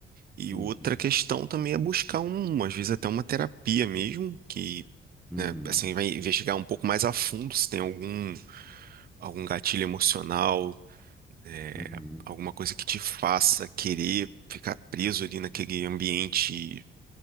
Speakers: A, on the right (about 50°); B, in the centre.
A: E
B: entendi.
A: outra questão também é buscar um, às vezes até uma terapia mesmo, que,
B: Uhum,
A: né, assim, vai investigar um pouco mais a fundo se tem algum, algum gatilho emocional, é,
B: uhum,
A: alguma coisa que te faça querer ficar preso ali naquele ambiente